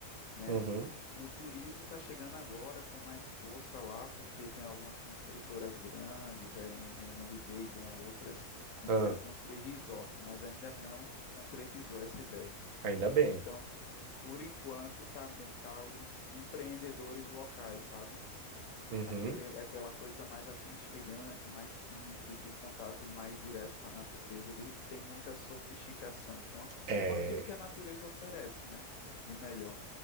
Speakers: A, on the left; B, on the right.
A: né?
B: Uhum.
A: O turismo está chegando agora com mais força lá, porque tem algumas construtoras grandes, a MRV e bom, outras, que
B: Ah,
A: querem construir resort, mas ainda não concretizou essa ideia.
B: ainda bem.
A: Então, por enquanto, tá, me- tá os empreendedores locais, sabe?
B: Uhum.
A: Aquele, aquela coisa mais aconchegante, mais simples, um contato mais direto com a natureza, de- sem muita sofisticação, com, a-
B: É,
A: com aquilo que a natureza oferece, né? De melhor.